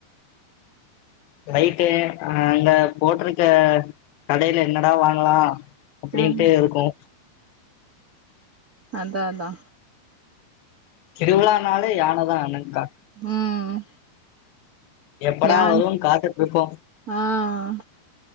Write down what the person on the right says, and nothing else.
ஆ
அந்தா அதா
ம் ம்
யான்
ஆ